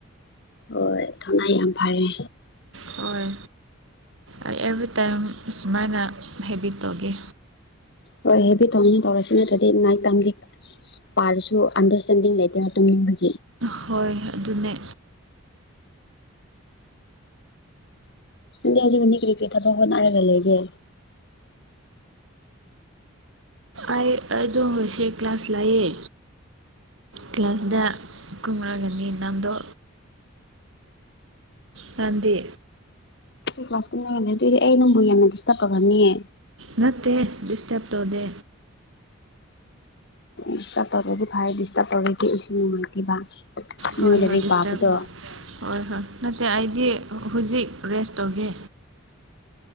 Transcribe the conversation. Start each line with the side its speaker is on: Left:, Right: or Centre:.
Left: ꯍꯣꯏ ꯊꯧꯅꯥ ꯌꯥꯝ ꯐꯔꯦ
Right: ꯍꯣꯏ ꯑꯩ ꯑꯦꯚ꯭ꯔꯤꯇꯥꯏꯝ ꯁꯨꯃꯥꯏꯅ ꯍꯦꯕꯤꯠ ꯇꯧꯒꯦ
Left: ꯍꯣꯏ ꯍꯦꯕꯤꯠ ꯇꯧꯅꯤꯉꯥꯢ ꯇꯧꯔꯁꯤ ꯅꯠꯇ꯭ꯔꯗꯤ ꯅꯥꯏꯠ ꯇꯥꯏꯝꯒꯤ ꯄꯔꯁꯨ ꯑꯟꯗꯔꯁꯇꯦꯟꯗꯤꯡ ꯂꯩꯇꯦ ꯇꯨꯝꯅꯤꯡꯕꯒꯤ
Right: ꯍꯣꯏ ꯑꯗꯨꯅꯦ
Left: ꯅꯪꯗꯤ ꯍꯧꯖꯤꯛ ꯀꯔꯤ ꯀꯔꯤ ꯊꯕꯛ ꯍꯣꯠꯅꯔꯒ ꯂꯩꯒꯦ
Right: ꯑꯩ ꯑꯗꯨꯝ ꯉꯁꯤ ꯀ꯭ꯂꯥꯁ ꯂꯩꯌꯦ ꯀ꯭ꯂꯥꯁꯗ ꯀꯨꯃꯥꯔꯤ ꯃꯦꯗꯥꯝꯗꯣ ꯃꯔꯝꯗꯤ
Left: ꯀ꯭ꯂꯥꯁ ꯀꯨꯏꯔꯗꯤ ꯑꯩ ꯅꯪꯕꯨ ꯌꯥꯝꯅ ꯗꯤꯁꯇꯔꯕ ꯇꯧꯔꯝꯅꯤꯌꯦ
Right: ꯅꯠꯇꯦ ꯗꯤꯁꯇꯔꯕ ꯇꯧꯗꯦ
Left: ꯗꯤꯁꯇ꯭ꯔꯕ ꯇꯧꯗ꯭ꯔꯗꯤ ꯐꯩ ꯗꯤꯁꯇ꯭ꯔꯕ ꯇꯧꯔꯗꯤ ꯑꯩꯁꯨ ꯅꯨꯉꯥꯢꯇꯦꯕ ꯎꯝ ꯅꯪꯅ
Right: ꯍꯣꯏ
Left: ꯂꯥꯏꯔꯤꯛꯄꯥꯕꯗꯣ
Right: ꯍꯣꯏ ꯗꯤꯁꯇꯔꯕ ꯍꯣꯏ ꯍꯣꯏ ꯅꯠꯇꯦ ꯑꯩꯗꯤ ꯍꯧꯖꯤꯛ ꯔꯦꯁ ꯇꯧꯒꯦ